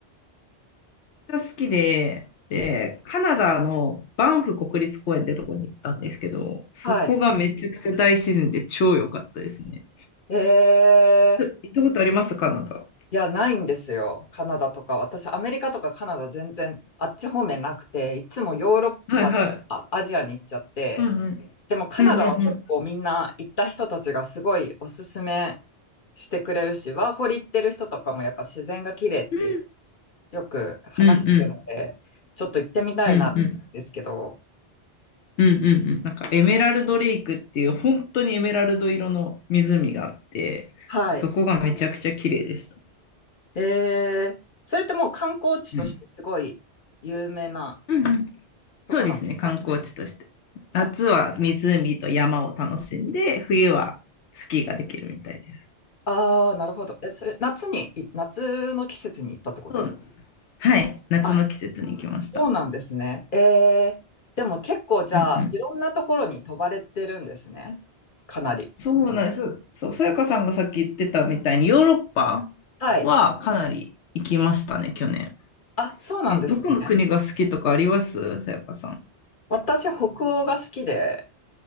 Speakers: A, on the left; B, on the left.
A: めっちゃ好きで、で、カナダのバンフ国立公園ってとこに行ったんですけど、そこがめちゃくちゃ大自然で超良かったですね。
B: はい。えー、
A: え行ったことありますカナダ。
B: いや、ないんですよ。カナダとか。私、アメリカとかカナダ全然、あっち方面なくて、いつもヨーロッパとか、
A: はいはい。
B: アジアに行っちゃって、
A: うんうん。
B: でもカナダは結構みんな行った人たちがすごいおすすめ
A: うんうんうん。
B: してくれるし、ワーホリ行ってる人とかもやっぱ自然が綺麗って
A: うん
B: よく話すので、
A: うん
B: ちょっと行ってみたいなんですけど、
A: うんうんうんうんうんうんなんかエメラルドレイクっていう本当にエメラルド色の湖があってそこがめちゃくちゃ綺麗でした。
B: はい。えー、それってもう観光地としてすごい有名な
A: うん。うんうん。
B: とこなんですか
A: そうですね、観光地として。夏は湖と山を楽しんで、
B: あ、
A: 冬はスキーができるみたいです。
B: あー、なるほど。え、それ夏に、い夏の季節に行ったってことですか
A: そう。はい、夏の季節に行きました。
B: あそうなんですね。ええ、でも結構じゃあ、
A: うんうん。
B: いろんなところに飛ばれてるんですね。かなり。
A: そうなんです。そう、さやかさんがさっき言ってたみたいに、ヨーロッパ
B: はい。
A: はかなり行きましたね、去年。
B: あ、そうなんですね。
A: え、どこの国が好きとかありますさやかさん。
B: 私、北欧が好きで、